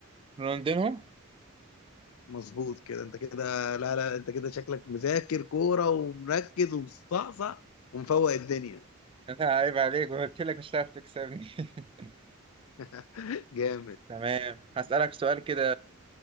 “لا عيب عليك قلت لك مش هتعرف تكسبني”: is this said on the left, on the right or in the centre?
Right